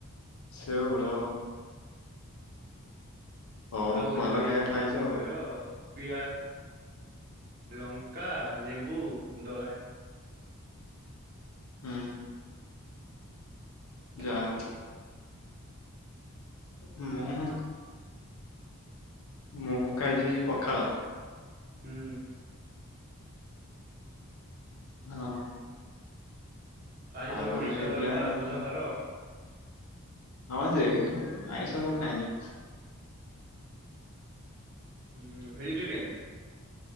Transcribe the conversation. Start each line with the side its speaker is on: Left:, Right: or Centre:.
Left: ଶେଉଳ ହଉ
Right: ଆଉ ଏ
Left: ଭଲ
Right: ଯୋଉ ଇଏ
Left: ଖାଇବା
Right: ହେଇଥିଲା
Left: ଖାଇଛ
Right: କଣ
Left: ଆଉ
Right: କହିଲ ପିଆଜ ଲଙ୍କ କା ଲେମ୍ବୁ ଦଳା
Left: ହୁଁ।
Right: ହେଇଥିଲା
Left: ଯା ହଉ। <unintelligible> ମୁଁ ଖାଇଛି ଏ ପଖାଳ।
Right: ହୁଁ।
Left: ହଁ।
Right: ଆଜି
Left: ଆଉ
Right: ତମ ଆଇଁଷ
Left: ହେଇଥିଲା
Right: ବାର ପା ବୁଧବାର।
Left: ହଁ ଯେ କିନ୍ତୁ ଆଇଁସ ମୁଁ ଖାଇଏନି।
Right: ଉହୁ ଭେଜିଟେରିୟାନ?